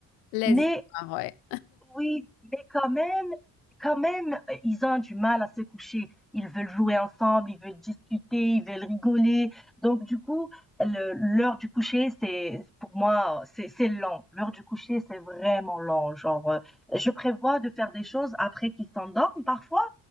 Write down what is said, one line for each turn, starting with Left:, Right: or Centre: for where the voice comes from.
Left: les
Centre: Mais
Left: histoires, ouais.
Centre: Oui, mais quand même, quand même, euh, ils ont du mal à se coucher. Ils veulent jouer ensemble, ils veulent discuter, ils veulent rigoler. Donc, du coup, le- l'heure du coucher, c'est, pour moi, c'est, c'est lent. L'heure du coucher, c'est vraiment lent. Genre, euh, je prévois de faire des choses après qu'ils s'endorment parfois,